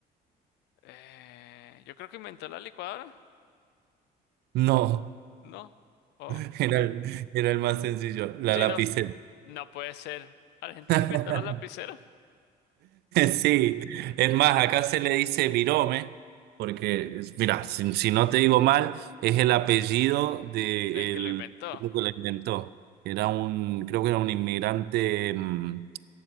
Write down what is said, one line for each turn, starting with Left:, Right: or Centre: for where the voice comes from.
Left: Eh, yo creo que inventó la licuadora.
Right: No,
Left: No. Oh.
Right: <laughs> era
Left: en-
Right: el, era el más sencillo, la
Left: sí,
Right: lapicera.
Left: no, f- no puede ser. Argentina
Right: <laughs>
Left: inventó los lapiceros.
Right: Sí, es más, acá se le dice virome, porque, es- mira, si, si no te digo mal, es el apellido de
Left: Del que
Right: el
Left: lo inventó.
Right: tipo que la inventó. Era un, creo que era un inmigrante. mm,